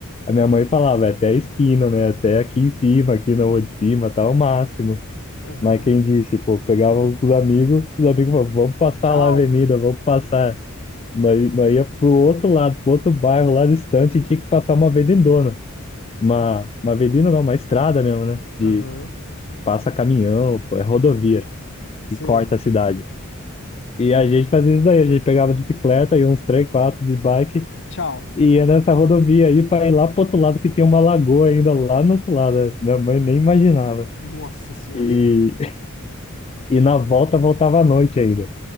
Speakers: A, on the left; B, on the left.
A: a minha mãe falava, "É até a esquina, né? Até aqui em cima, aqui na rua de cima, tá o máximo.
B: aham.
A: Mas quem disse, pô, eu pegava com os amigos, os amigos falavam, vamos passar
B: Tchau.
A: lá a avenida, vamos passar. Nós, nós ia pro outro lado, pro outro bairro lá distante, e tinha que passar uma avenidona. Uma, uma avenida não, uma estrada mesmo, né? De
B: Aham,
A: passa caminhão, pô, é rodovia
B: sei.
A: e corta a cidade. E a gente fazia isso daí, a gente pegava bicicleta e uns três, quatro de bike
B: E tchau.
A: e ia nessa rodovia aí para ir lá pro outro lado que tinha uma lagoa ainda lá no outro lado. Né? Minha mãe nem imaginava.
B: Nossa senhora.
A: E,
B: e-
A: <laughs> e na volta voltava à noite ainda.